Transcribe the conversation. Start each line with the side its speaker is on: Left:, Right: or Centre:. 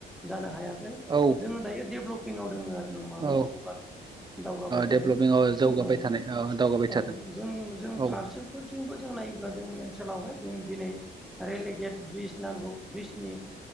Centre: जानो हायाखै जोङो
Right: औ
Centre: दायो डेभेलपिंआव दोङो आरो। नङा होमबा
Right: औ ओ
Centre: जौगालु दावगाबाय थादों
Right: डेभलपिं औ जौगाबाय
Centre: ओ
Right: थानाय दावगाबाय
Centre: औ
Right: थादों
Centre: जों जों
Right: औ
Centre: फारसेफोरथिंबो जों नायोब्ला जोंनि ओनसोलावहाय जों दिनै रेलगेट ब्रिज नांगौ ब्रिजनि